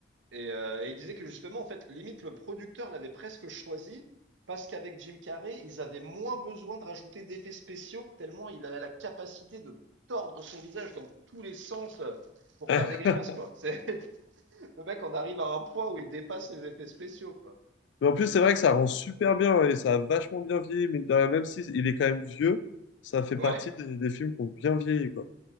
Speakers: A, on the right; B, on the left.
A: Et, euh, et il disait que justement, en fait, limite, le producteur l'avait presque choisi parce qu'avec Jim Carrey, ils avaient moins besoin de rajouter d'effets spéciaux, tellement il avait la capacité de tordre son visage dans tous les sens euh, pour
B: <laughs>
A: faire des grimaces, quoi. C'est, <laughs> le mec en arrive à un point où il dépasse les effets spéciaux, quoi.
B: Mais en plus, c'est vrai que ça rend super bien et ça a vachement bien vieilli, mais même si il est quand même vieux, ça fait
A: Ouais,
B: partie des, des films qui ont bien vieilli, quoi.